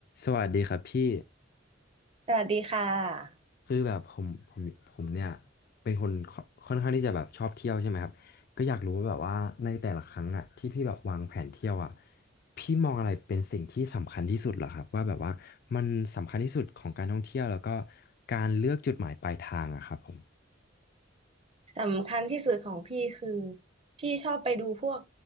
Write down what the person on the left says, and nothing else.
สวัสดีครับพี่
คือแบบผมผมผมเนี่ยเป็นคนค่อค่อนข้างที่จะแบบชอบเที่ยวใช่ไหมครับก็อยากรู้ว่าแบบว่าในแต่ละครั้งอ่ะที่พี่แบบวางแผนเที่ยวอ่ะพี่มองอะไรเป็นสิ่งที่สำคัญที่สุดเหรอครับว่าแบบว่ามันสำคัญที่สุดของการท่องเที่ยวแล้วก็การเลือกจุดหมายปลายทางอะครับผม